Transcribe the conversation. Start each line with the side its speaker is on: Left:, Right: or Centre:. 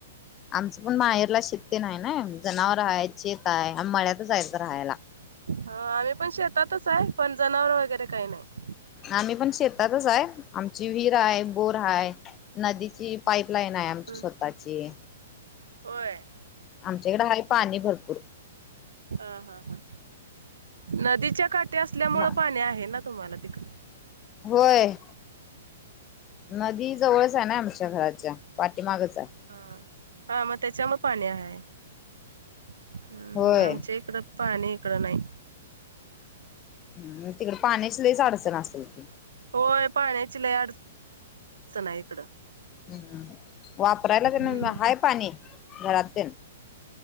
Left: आमचं पण माहेरला शेतते नाही ना जनावर आहे चेेत आहे मळ्यात जायचं राहायला
Right: ह आम्ही पण शेतातच आहे पण जनावर वगैरे काही नाही
Left: आम्ही पण शेतातच आहे आमची
Right: हम्म.
Left: विहीर आहे बोर आहे नदीची पाईपलाईन आहे आमची
Right: हम्म.
Left: स्वतःची
Right: होय.
Left: आमच्याकडें आहे पाणी भरपूर
Right: हा हा हा नदीच्या काठी असल्यामुळे
Left: म
Right: पाणी आहे ना तुम्हाला तिकडे
Left: व्हय नदी
Right: हम्म.
Left: जवळच आहे ना आमच्या घराच्या पाठीमागेच आहे.
Right: हा हा मग त्याच्यामूळ पाणी आहे हम्म
Left: होय
Right: आमच्या इकडं पाणी इकड नाही
Left: हम्म तिकड पाण्याची लयच अडचन असल की
Right: होय पाण्याची लय अडचण आहे इकडं
Left: हम् वापरायला की नाय
Right: हम्म
Left: हाय पाणी घरातून